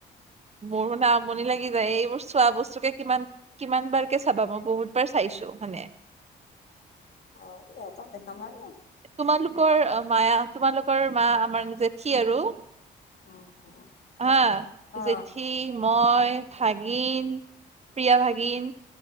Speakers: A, on the right (about 35°); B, on the left (about 60°).
A: মোৰ মানে আমনি লাগি যায় এইবোৰ চোৱা বস্তুকে কিমান কিমান বাৰকে চাবা, মই বহুতবাৰ চাইছো মানে।
B: অ সিহঁতক দেখাম আৰু
A: তোমালোকৰ মায়া তোমালোকৰ মা আমাৰ জেঠী আৰু
B: অ অ।
A: হা
B: অ
A: জেঠি, মই, ভাগিন, প্ৰিয়া ভাগিন